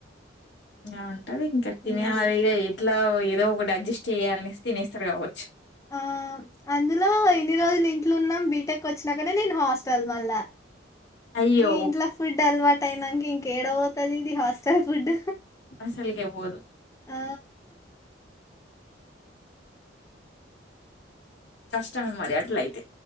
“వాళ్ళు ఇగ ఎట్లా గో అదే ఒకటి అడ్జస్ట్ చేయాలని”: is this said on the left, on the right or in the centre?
Left